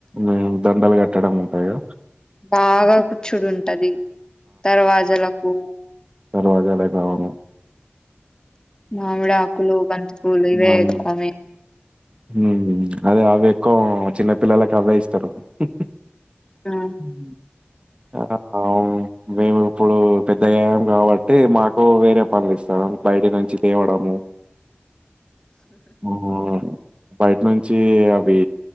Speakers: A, on the right (about 25°); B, on the left (about 20°).
A: మేము దండలు కట్టడం ఉంటదిగా.
B: బాగా కూచ్చులుంటది, దర్వాజలకు.
A: దర్వాజాలకా. !
B: మామిడి ఆకులు బంతి పూలు ఇవే
A: అవునా
B: ఎక్కువ
A: హ్మ్ అదే అవెక్కువ చిన్న పిల్లలకి అవే ఇస్తారు ఉహ్హుహ్హు.
B: ఆ
A: <unintelligible> ఊ మేమూ. ఇప్పుడు పెద్దగయం గాబట్టి మాకు వేరే పనులిస్తా బయటి నుంచి తేవడము. ఆ బయటినుంచి అవి